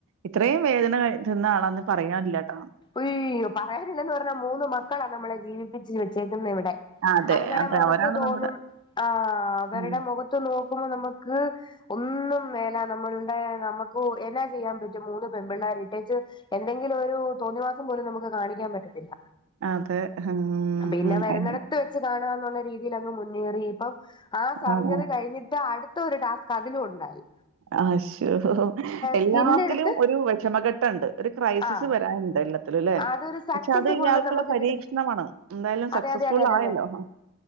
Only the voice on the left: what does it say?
അയ്യോ പറയാനില്ലന്ന് പറഞ്ഞാ മൂന്ന് മക്കളാ നമ്മളെ ജീവിപ്പിച്ച് വെച്ചേക്കുന്ന ഇവിടെ.
അത്ങ്ങടെ
മുഖത്ത്
തോന്നും
ആഹ് അവരുടെ
മുഖത് ത്ത് നോക്കുമ്പൊ നമക്ക് ഒന്നും മേല നമ്മൾടെ നമക് ക്കു എന്നാ ചെയ്യാൻ പറ്റും മൂന്ന് പെൺപിള്ളേരിട്ടേച്ച് എന്തെങ്കിലു ഒരു. തോന്നി വാസം പോലും നമുക്ക് കാണിക്ക്യാൻ പറ്റത്തില്ല.
പിന്നെ വരുന്നിടത്ത് വെച്ച് കാണാന്നുള്ള രീ തിലങ്ങ് മുന്നേറി ഇപ്പം ആ സർജറി
കഴിഞ്ഞിട്ട അടുത്ത ഒരു ടാസ്ക് അതിലു ഉണ്ടായി.
സ്കിന്ന് എടുത്ത്
ആ
അതൊരു സക്സസ്
ഫുള്ള്
നമുക്ക്
കിട്ടുന്ന
അതെ അതെ
അതെ അതെ
അതെ